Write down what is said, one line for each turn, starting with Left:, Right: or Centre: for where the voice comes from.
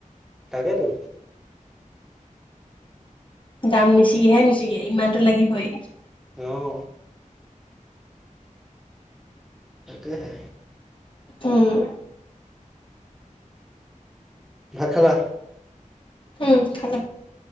Centre: তাকেতো।
Left: দাম নিছিগেহে নিচিগে, ইমানতো লাগিবই।
Centre: অঁ। তাকেহে।
Left: উম।
Centre: ভাত খালা?
Left: উম খালো।